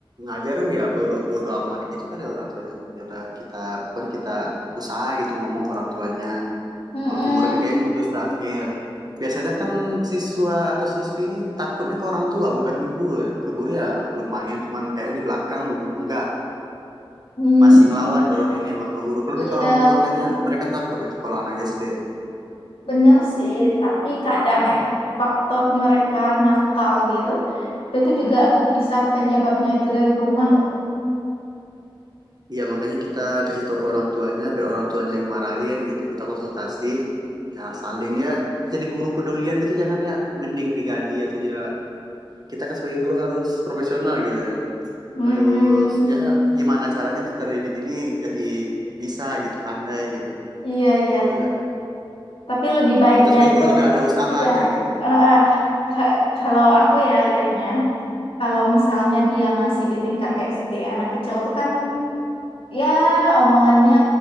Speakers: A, on the right; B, on the left.
A: ngajarin ya bodo, bodo amat gitu kali orang tuanya. Ya udah kita bukan kita usaha gitu ngomong ke orang tuanya.
B: Mm-mm.
A: Kalau ke muridnya kayaknya susah ngeyel. Biasanya kan siswa atau siswi ini takutnya ke orang tua bukan ke guru ya. Ke guru ya lumayan cuman kayaknya di belakang bu, enggak
B: Mm,
A: masih ngelawan kalau ini emang kalau guru kalau lebih
B: Iya.
A: ke orang tua kayaknya mereka takut itu kalau anaknya SD
B: Bener sih, tapi kadang ya faktor mereka nakal gitu, itu juga bisa penyebabnya itu dari rumah loh.
A: Iya, makanya kita kasih tahu ke orang tuanya biar orang tuanya yang marahin gitu. Kita konsultasi ya saling ya jadi guru pedulian gitu jangan ya mending digaji atau ya kita kan sebagai guru harus profesional gitu ya.
B: Mm-mm.
A: Harus ya gimana caranya peserta didik ini jadi bisa gitu, pandai gitu.
B: Iya, iya.
A: Ya,
B: Tapi lebih baiknya
A: kita sebagai
B: itu,
A: guru juga ada usahanya
B: iya.
A: gitu.
B: Eh, eh, ka- kalau aku ya lihatnya, kalau misalnya dia masih di tingkat SD, anak kecil tuh kan Ya, omongannya